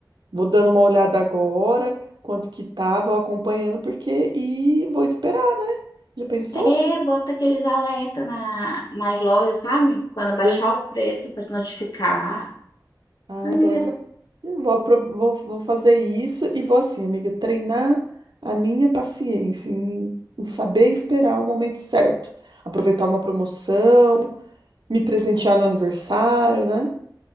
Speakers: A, on the right (about 70°); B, on the left (about 55°).
A: Vou dando uma olhada agora, quanto que tá, vou acompanhando, porque. E vou esperar, né? Já pensou?
B: é,
A: Se...
B: bota aqueles alerta na, nas lojas, sabe? Quando
A: É
B: baixar
A: ver-
B: o preço para te notificar.
A: Ah,
B: Amiga.
A: é verdade. Eu Vou, apro- vou, vou fazer isso e vou assim, amiga, treinar a minha paciência em, em saber esperar o momento certo, aproveitar uma promoção, me presentear no aniversário, né?